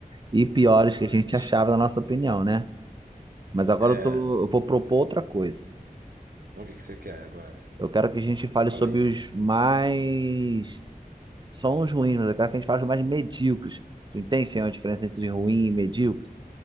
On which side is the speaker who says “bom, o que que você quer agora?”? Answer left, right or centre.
Right